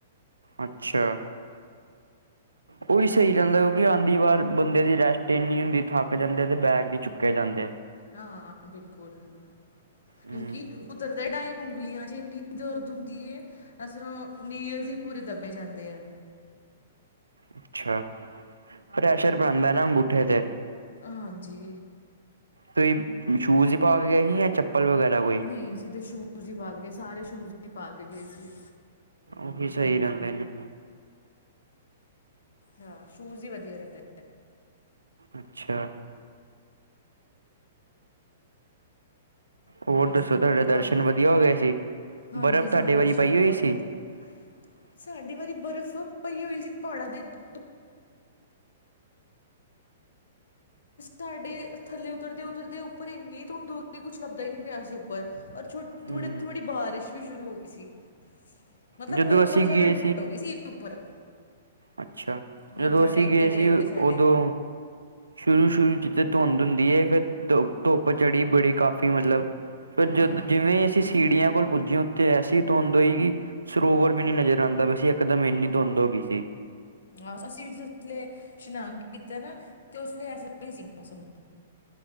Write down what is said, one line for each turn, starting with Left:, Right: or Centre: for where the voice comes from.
Right: ਅੱਛਾ ਉਹੀ ਸਹੀ ਰਹਿੰਦਾ ਉਹ ਵੀ ਆਉਂਦੀ ਵਾਰ ਬੰਦੇ ਦੀ ਰੈਸਟ ਇੰਨੀ ਹੁੰਦੀ ਥੱਕ ਜਾਂਦੇ ਤੇ ਬੈਗ ਨੀ ਚੁੱਕੇ ਜਾਂਦੇ।
Left: ਹਾਂ ਬਿਲਕੁਲ ਕਿਉਂਕਿ
Right: ਹੂੰ
Left: ਉਤਰਦੇ ਟਾਈਮ ਉਂਗਲੀਆਂ ਚ ਇੰਨੀ ਦਰਦ ਹੁੰਦੀ ਹੈ ਜਿਸ ਤਰ੍ਹਾਂ ਨੀਲ ਜਿਹੇ ਹੀ ਪੂਰੇ ਦੱਬੇ ਜਾਂਦੇ ਆ।
Right: ਅੱਛਾ ਪ੍ਰੈਸ਼ਰ ਆਉਂਦਾ ਅਗੂਠੇ ਤੇ।
Left: ਹਾਂਜੀ
Right: ਕੋਈ ਸ਼ੂਜ਼ ਹੀ ਪਾ ਕੇ ਗਈ ਏ ਜਾਂ ਚੱਪਲ ਵਗੈਰਾ ਕੋਈ।
Left: ਨਹੀਂ ਅਸੀਂ ਤੇ ਸ਼ੂਜ ਹੀ ਪਾ ਕੇ ਗਏ ਸਾਰੇ ਸ਼ੂਜ ਹੀ ਪਾ ਕੇ ਗਏ ਸੀ।
Right: ਉਹੀ ਸਹੀ ਰਹਿੰਦੇ ਨੇ।
Left: ਹਾਂ ਸ਼ੂਜ ਵੀ ਵਧੀਆ ਰਹਿੰਦਾ।
Right: ਅੱਛਾ ਹੋਰ ਦੱਸੋ
Left: ਸੁਣਾਓ
Right: ਤੁਹਾਡੇ ਦਰਸ਼ਨ
Left: ਘਰ
Right: ਵਧੀਆ ਹੋ ਗਏ ਸੀ
Left: ਹਾਂਜੀ
Right: ਬਰਫ਼
Left: ਸਾਨੂੰ
Right: ਤੁਹਾਡੇ
Left: ਦਰਸ਼ਨ
Right: ਵਾਰੀ ਪਈ ਹੋਈ
Left: ਬਹੁਤ
Right: ਸੀ।
Left: ਵਧੀਆ
Right: <unintelligible>
Left: ਸਾਡੀ ਵਾਰੀ ਬਰਫ਼ ਪਈ ਹੋਈ ਸੀ। ਪਹਾੜਾਂ ਤੇ <inaudible> ਸਾਡੇ ਥੱਲੇ ਉਤਰਦੇ- ਉਤਰਦੇ ਉੱਪਰ ਇੰਨੀ ਧੁੰਦ ਹੋ ਗਈ ਕੁੱਛ ਲੱਭਦਾ ਹੀ ਨੀ ਪਿਆ ਦੇ ਉੱਪਰ ਔਰ ਥੋੜੀ
Right: ਹਮ
Left: ਥੋੜੀ ਬਾਰਿਸ਼ ਵੀ ਸ਼ੁਰੂ ਹੋ ਗਈ ਸੀ। ਮਤਲਬ
Right: ਜਦੋਂ
Left: ਹੋਰ
Right: ਅਸੀਂ
Left: ਜ਼ਿਆਦਾ
Right: ਗਏ
Left: ਠੰਡ ਹੋ ਗਈ ਸੀ ਉੱਪਰ।
Right: ਅੱਛਾ,
Left: ਮੱਥਾ
Right: ਜਦੋਂ ਅਸੀਂ
Left: ਟੇਕਦੇ
Right: ਗਏ ਸੀ
Left: ਟੇਕਦੇ ਸਾਡੇ
Right: ਉਦੋਂ। ਸ਼ੁਰੂ ਸ਼ੁਰੂ ਚ ਤੇ ਧੁੰਦ ਹੁੰਦੀ ਹੈ ਫਿਰ ਧੁ ਧੁੱਪ ਚੜੀ ਬੜੀ ਕਾਫ਼ੀ ਮਤਲਬ। ਫਿਰ ਜਦੋਂ
Left: ਹੂੰ
Right: ਜਿਵੇਂ ਅਸੀਂ ਸੀੜੀਆਂ ਕੋਲ ਪਹੁੰਚੇ ਉੱਥੇ ਐਸੀ ਧੁੰਦ ਹੋਈ ਕਿ। ਸਰੋਵਰ ਵੀ ਨੀ ਨਜ਼ਰ ਆਉਂਦਾ ਪਾਇਆ ਇੱਕ ਦਮ ਇੰਨੀ ਧੁੰਦ ਹੋ ਗਈ ਸੀ।
Left: ਹਾਂ ਅਸੀਂ ਜਿਸ ਵੇਲੇ ਇਸ਼ਨਾਨ ਕੀਤਾ ਨਾ ਤੇ ਉਸ ਵੇਲੇ ਐਸਾ ਹੀ ਸੀ ਮੌਸਮ।